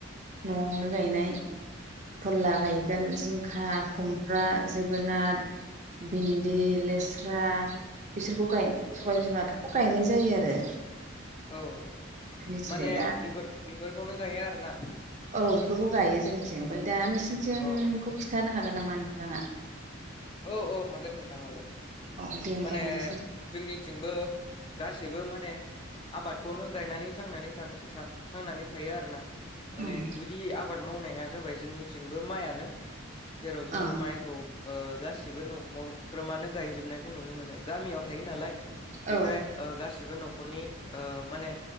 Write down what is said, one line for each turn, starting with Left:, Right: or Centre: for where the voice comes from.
Right: न'आवनो गायनाय फोर्ला गायगोन जिंखा, खुम्ब्रा, जोगोनाद, बिन्दि, लेस्रा बिसोरखौ गाय सबाइ बिमाफोरखौ गायनाय जायो आरो।
Left: औ औ औ औ
Right: जोंनिथिंजाय
Left: माने
Right: दा
Left: बिफोर बिफोरखौनो गायो आरो ना?
Right: औ बिफोरखौ गायो जोंनिथिं, ओमफाय दा नोंसिनिथिंखौ
Left: अ अ
Right: खिथानो हागोन नामा नोंथाङा?
Left: औ औ हागोन नोंथां हागोन
Right: अ दे होमबा
Left: माने
Right: नोंसिनि
Left: जोंनिथिंबो गासैबो माने आबादखौनो गायनानै थांनानै थानो था थांनानै थायो आर ना माने
Right: उम
Left: गुदि आबाद मावनाया जाबाय जोंनिथिंबो माइआनो जेराव जोङो
Right: ओ
Left: माइखौ ओ गासिबो न'खरफ्रा मानो गायजोबनायखौ नुनो मोनो गामियाव थायो नालाय बेखाय
Right: औ
Left: ओ गासिबो न'खरनि ओ माने